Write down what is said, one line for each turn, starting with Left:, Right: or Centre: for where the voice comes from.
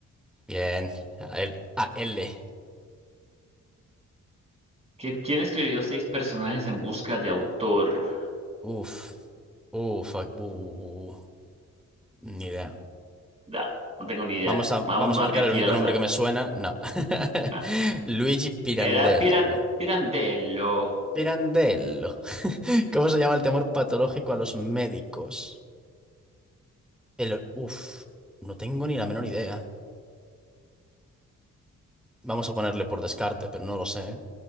Centre: Bien. A L. A L.
Right: ¿Qué- ¿Quién escribió seis personajes en busca de autor?
Centre: Uf. Uf. ah, bu- Ni idea.
Right: Da, no tengo ni idea.
Centre: Vamos a,
Right: Vamos
Centre: vamos
Right: a marcar
Centre: a marcar
Right: aquí
Centre: el único
Right: al
Centre: nombre
Right: azar.
Centre: que me suena. No. <laughs>
Right: Ah,
Centre: Luigi Pirandello.
Right: era Pira- Pirandello.
Centre: Pirandello. <laughs> ¿Cómo se llama el temor patológico a los médicos? El... Uf. No tengo ni la menor idea. Vamos a ponerle por descarte, pero no lo sé. ¿eh?